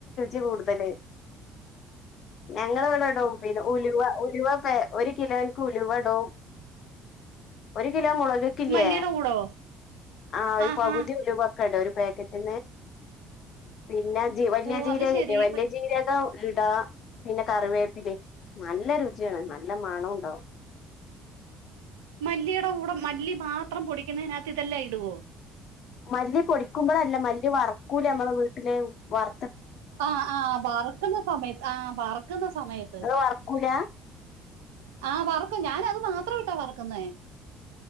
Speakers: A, on the left (about 60°); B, on the right (about 80°).
A: <unintelligible> കൂടുതല് <unintelligible> ഇടും ഉലുവ ഉലുവ ഒരു കിലോ ഉലുവടും ഒരു കിലോ മുളകക്കില്ലേ
B: മല്ലിയുടെ കൂടോ
A: ആ ഒരു
B: ആഹാ
A: പകുതി ഉലുവക്കെടോ ഒരു പാക്കറ്റ് പിന്ന ജ വല്യ
B: ഓ
A: ജീരകല്ലെ
B: അത് ശരി
A: വല്യ ജീരകം ട പിന്നെ കറിവേപ്പിലേം നല്ല നല്ല രുചിയാണ് നല്ല മണം ഉണ്ടാവും
B: മല്ലിയുടെ കൂടെ മല്ലി മാത്രം പൊടിക്കുന്നതിനകത്ത് ഇതെല്ല ഇടുവോ
A: മല്ലി പൊടിക്കുമ്പോളല്ല മല്ലി വറക്കൂലെ നമ്മളെ വീട്ടില് വർ
B: ആ ആ വറക്കുന്ന സമയത്ത് ആ വറക്കുന്ന സമയത്ത്
A: നിങ്ങള് വറക്കൂല
B: ആ വർക്കും ഞാൻ അത് മാത്ര ഇട്ടാ വർക്കുന്നേ